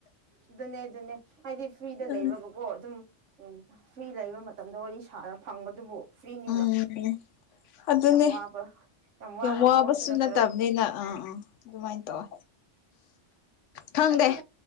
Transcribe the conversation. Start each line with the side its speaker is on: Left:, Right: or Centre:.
Right: ꯑꯗꯨꯅꯦ ꯑꯗꯨꯅꯦ ꯍꯥꯏꯗꯤ ꯐ꯭ꯔꯤꯗ
Left: ꯎꯝ
Right: ꯂꯩꯕꯒꯀꯣ ꯑꯗꯨꯝ ꯐ꯭ꯔꯤ ꯂꯩꯕ ꯃꯇꯝꯗ ꯋꯥꯔꯤ ꯁꯥꯔ ꯐꯪꯕꯗꯨꯕꯨ ꯐ꯭ꯔꯤꯅꯤꯅ
Left: ꯎꯝ ꯑꯗꯨꯅꯦ
Right: ꯌꯥꯝ ꯋꯥꯕ ꯌꯥꯝ ꯋꯥꯕ
Left: ꯋꯥꯕꯁꯨ
Right: ꯊꯕꯛꯁꯨ ꯅꯠꯇ꯭ꯔꯒ
Left: ꯅꯠꯇꯕꯅꯤꯅ ꯑꯥ ꯑꯥ ꯑꯗꯨꯃꯥꯏꯅ ꯇꯧꯋꯦ ꯈꯪꯗꯦ
Right: ꯑꯩꯁꯨ